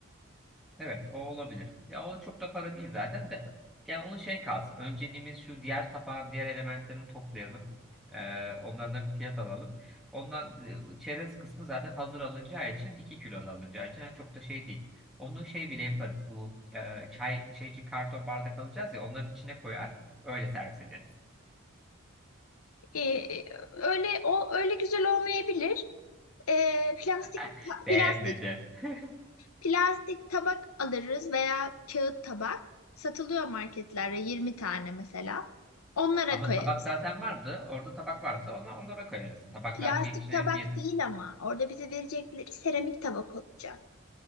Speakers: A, in the centre; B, on the left.
A: Evet, o olabilir. Ya o çok da para değil zaten de. Yani onu şey kalsın. Önceliğimiz şu diğer tabağın diğer elementlerini toplayalım. Ee, onlardan bir fiyat alalım. Ondan e, çerez kısmı zaten hazır alınacağı için 2 kilo da alınacağı için yani çok da şey değil. Onu şey bile yaparız. Bu e, çay şeyci karton bardak alacağız ya onların içine koyar. Öyle servis ederiz.
B: Ee, öyle o öyle güzel olmayabilir. Ee, plastik
A: <laughs> Beğenmedi.
B: plastik
A: <laughs>
B: plastik tabak alırız veya kağıt tabak. Satılıyor marketlerde 20 tane mesela. Onlara
A: Ama
B: koyarız.
A: tabak zaten vardı. Orada tabak varsa ona onlara koyarız. Tabaklar
B: Plastik
A: şeyin içine
B: tabak
A: fiyatı
B: değil ama orada bize verecekleri seramik tabak olacak.